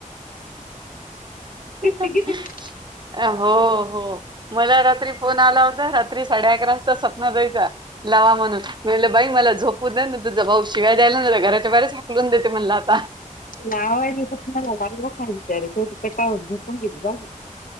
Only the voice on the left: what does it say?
तिघीतच
लावायली तर तुम्हाला गारी लाखाचर शेवटी कटाळून झोपून घेतलं